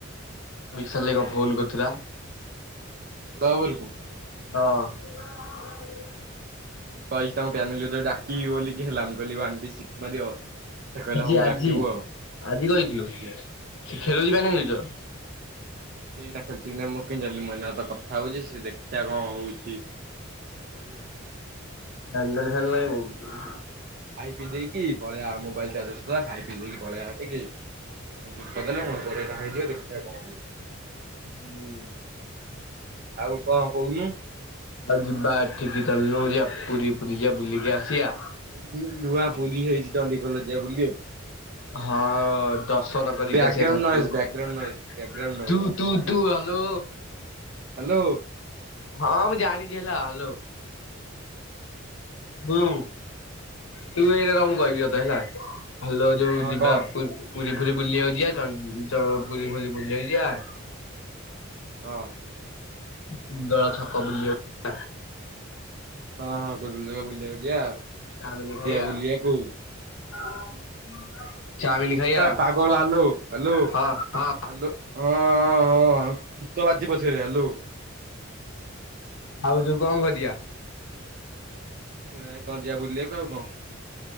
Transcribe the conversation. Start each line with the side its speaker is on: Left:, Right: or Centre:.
Left: ସେଲିର ଫୋନ୍ କରିଥିଲା।
Right: ତୁ ଆ ଘରକୁ।
Left: ହଁ।
Right: ମୁଁ ପାଇଲି ତାଙ୍କୁ ବାନିଲରେ ଯୋଉ ଡାକିବି ବୋଲିିକି ହେଲା ମୁଁ କହିଲିି ୱାନ ବି ସି ମାରିବ। ସେ କହିଲା
Left: ଆଜି
Right: ହଉ
Left: ଆଜି
Right: ଡାକିବୁ ଆଉ
Left: ଆଜି
Right: ହୁଁ
Left: କହିଥିଲୁ
Right: ଆଜି।
Left: ଖେଳୁଚି ପାଇଁ ମୁଁ ନିଜର।
Right: ଏଟା ଖେଳୁଚି କି ନାଇଁ ମୁଁ କେମତି ଜାଣିଲି ମୁଁ ଏନା ତ କଥା ହୋଉଚି ସିଏ ଦେଖିଆ କଣ ହୋଉଚି। ସିଏ ହୋଉ।
Left: ବ୍ୟାନେଲେ ଖେଳିଲେ ବି ଭୋଉତ
Right: ଖାଇ ପିଇ ଦେଇକି ପଳେୟା ମୋବାଇଲ ଚାର୍ଜ ବସେଇଦବା ଖାଇ ପିଇଦେଇକି ପଳେୟା ହେ ଟିକି ଆଉ ଗୋଟେ କମ୍ପ୍ଲିଟ୍ କରିଦେଲେ ମୋର କୋଡିଏଟା ହେଇଯିବ ଦେଖିଆ କଣ ହୋଉଚି।
Left: ହୁଁ।
Right: ଆଉ କଣ କହୁନୁ?
Left: ଆଉ ଯିବା ଏଠିକି ଚାଲିଲୁ ଯିବା ପୁରୀ ପୁରୀ ଯିବା ବୁଲିକି ଆସିଆ?
Right: ଏଇ ବୁ ନୂଆ ପୁରୀ ହେଇଛି ଚଣ୍ଡୀଖୋଲରେ ଯିବା ବୁଲି ଆଉ।
Left: ହଁ ଦର୍ଶନ କରିକି
Right: ବ୍ୟାକଗ୍ରାଉଣ୍ଡ
Left: ଆସିବା ଠାକୁରଙ୍କୁ।
Right: ନଏଜ ବ୍ୟାକଗ୍ରାଉଣ୍ଡ ନଏଜ ବ୍ୟାକଗ୍ରାଉଣ୍ଡ
Left: ତୁ ତୁ ତୁ ହାଲୋ।
Right: ହାଲୋ।
Left: ହଁ ମୁଁ ଜାଣିଚି ହେଲା ହାଲୋ। ହୁଁ ତୁ
Right: ହଁ
Left: ଏଇଟା ରହ ମୁଁ କହିବି ତତେ ହାଲୋ ଯୋଉ
Right: ହଁ
Left: ଯିବା
Right: କହ
Left: ପୁର ପୁରୀ ଫୁରୀ ବୁଲିିବାକୁ ଯିବା ଚ ଅ ପୁରୀ ଫୁଲି ବୁଲିିବାକୁ ଯିବା
Right: ହଁ।
Left: କୁନ୍ଦଳ ଛକ ବୁଲିବାକୁ
Right: ହଁ ହଁ କୁନ୍ଦଳ ଛକ ବୁଲିବାକୁ ଯିବା,
Left: ଚାଉମିନ
Right: ପୁରୀ
Left: ଖାଇବା।
Right: ଯିବା ବୁଲିଆକୁ
Left: <unintelligible> ଖାଇବା
Right: ପାଗଳ ହାଲୋ ହାଲୋ ହାଲୋ
Left: ହଁ ହଁ
Right: ହଁ ହଁ ହଁ ହଁ। ଗୀତ ବାଜିବ ସିଆଡ଼େ ହାଲୋ।
Left: ଆଉ ଯୋଉ କଣ କରିଆ?
Right: କିଛି ନାଇଁ କଣ ଯିବା ବୁଲିବାକୁ ଆଉ କଣ?